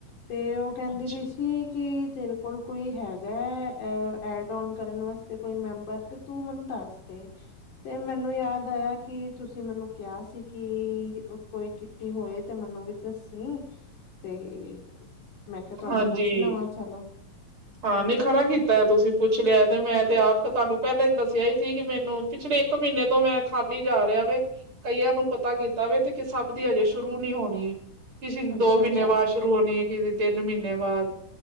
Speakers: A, on the left; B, on the right.
A: ਤੇ ਉਹ ਕਹਿੰਦੀ
B: ਅੱਛਾ।
A: ਪਈ ਸੀ ਕਿ ਤੇਰੇ ਕੋਲ ਕੋਈ ਹੈਗਾ। ਡ ਨ ਕਰਨ ਵਾਸਤੇ ਕੋਈ ਮੈਂਬਰ ਤੇ ਤੂੰ ਮੈਨੂੰ ਦੱਸ ਦੇ ਤੇ ਮੈਨੂੰ ਮੈਨੂੰ ਯਾਦ ਆਇਆ ਕਿ ਤੁਸੀਂ ਮੈਨੂੰ ਕਿਹਾ ਸੀ ਕਿ ਕੋਈ ਕਿੱਟੀ ਹੋਏ ਤੇ ਮੈਨੂੰ ਵੀ ਦੱਸ, ਸੀ ਤੇ, ਮੈਂ ਕਿਹਾ ਤੁਹਾਨੂੰ
B: ਹਾਂਜੀ
A: ਪੁੱਛ ਲਵਾਂ ਚਲੋ
B: ਹਾਂ ਨਹੀਂ ਖਰਾ ਕੀਤਾ ਤੁਸੀਂ ਪੁੱਛ ਲਿਆ ਤੇ ਮੈਂ ਤੇ ਆਪ ਤਾਂ ਤੁਹਾਨੂੰ ਪਹਿਲਾਂ ਹੀ ਦੱਸਿਆ ਹੀ ਸੀ ਕਿ ਮੈਨੂੰ ਪਿਛਲੇ ਇੱਕ ਮਹੀਨੇ ਤੋਂ ਮੈਂ ਖਾਲੀ ਜਾ ਰਿਹਾ ਵੇ ਕਈਆਂ ਨੂੰ ਪਤਾ ਕੀਤਾ ਵੇ ਤੇ ਸਭ ਦੀ ਹਜੇ ਸ਼ੁਰੂ ਨੀ ਹੋਣੀ। ਕਿਸੇ ਦੀ
A: ਅੱਛਾ
B: ਦੋ ਮਹੀਨੇ
A: ਅੱਛਾ
B: ਬਾਅਦ ਸ਼ੁਰੂ ਹੋਣੀ ਹੈੇ। ਤਿੰਨ ਮਹੀਨੇ ਬਾਅਦ